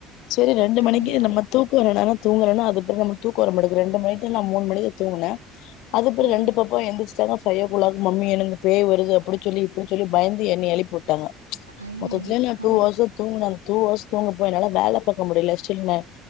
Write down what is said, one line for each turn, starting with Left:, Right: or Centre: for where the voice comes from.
Left: செரி ரெண்டு
Right: அப்படியா
Left: மணிக்கு நம்ம தூக்கோ வரலனாள தூங்களனா அதுப்பெறகு நம்மளுக்கு தூக்கோ வர மாட்டுக்கு ரெண்டு மணிட்டு நா மூனு மணிக்கு தூங்குனே அதுப்பெறகு
Right: ம்
Left: ரெண்டு பப் பா எந்திச்சுடானா ஃபைவ் ஓ கிளாக் மம்மி எனக்கு பேய் வருது அப்டி சொல்லி இப்டி சொல்லி பயந்து என்னைய எழுப்பி உட்டாங்க
Right: ஐயையோ
Left: மொத்ததிலே நா
Right: ஆ
Left: டூ ஹார்ஸ் தா தூங்கனே டூ ஹர்ஸ் தூங்க போயி என்னால வேல பாக்க முடில ஸ்டில் மே